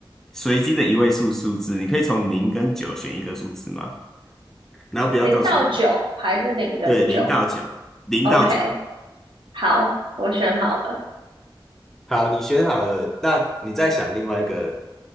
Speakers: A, in the centre; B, on the right (about 65°).
A: 随机的一位数数字，你可以从零跟九选一个数字吗？然后不要告诉我，
B: 零到九还是零跟九
A: 对，零到九，零到九，
B: ？OK，好，我选好了。
A: 好，你选好了，那你再想另外一个